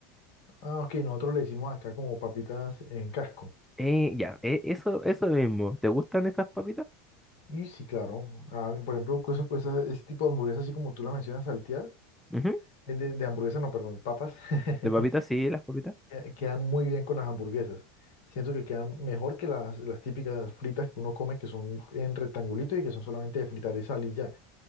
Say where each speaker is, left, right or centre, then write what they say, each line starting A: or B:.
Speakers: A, on the left; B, in the centre.
A: Ah, ok, nosotros le decimos acá como papitas en casco.
B: Eh, ya, eh, eso, eso mismo, ¿te gustan esas papitas?
A: Y sí, claro. Ah, por ejemplo, cosas, cosas, ese tipo de hamburguesas, así como tú la mencionas, salteadas,
B: Ujú,
A: eh, de, de hamburguesas, no, perdón, papas, <laughs>
B: De papitas, sí, las papitas.
A: que- quedan muy bien con las hamburguesas. Siento que quedan mejor que las, las típicas fritas que uno come, que son en rectangulito y que son solamente de fritar y sal y ya,